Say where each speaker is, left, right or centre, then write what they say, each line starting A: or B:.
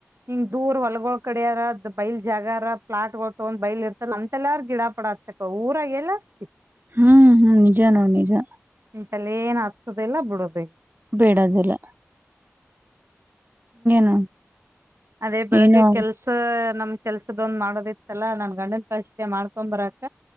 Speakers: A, on the right; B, on the right.
A: ಹಿಂಗ ದೂರ್ ಹೊಲಗಳ ಕಡೆಯಾರದ್ ಬೈಲ್ ಜಾಗರ, ಫ್ಲಾಟ್ಗಳು ತಗೊಂಡ್ ಬೈಲ್ ಇರ್ತದ ಅಂತೆ ಎಲ್ಲಾರ ಗಿಡಾ -ಪಡ. ಸಕ ಊರಾಗ ಎಲ್ಲ ಹಾಸ್ತಿತ್ತು <unintelligible>
B: ಹ್ಮ್, ಹ್ಮ್ ನಿಜ ನೋಡಿ ನಿಜಾ
A: ಇಂತಲ್ಲಿ ಏನ್ ಅಚ್ಚದಿಲ್ಲಾ ಬಿಡೋದಿಲ್ಲಾ
B: ಬೇಡಗಲ್ಲ <unintelligible> ನೋಡ್
A: ಅದೇ ಬೆಳಿಗ್ಗೆ
B: ಏನೋ
A: ಕೆಲ್ಸ ನಮ್ ಕೆಲ್ಸದಂದ್ ಮಾಡೋದಿತ್ತಲ್ಲಾ ನಾನ್ ಗಂಡನ್ ಕಸ ಮಾಡ್ಕೊಂಡ್ ಬರಕ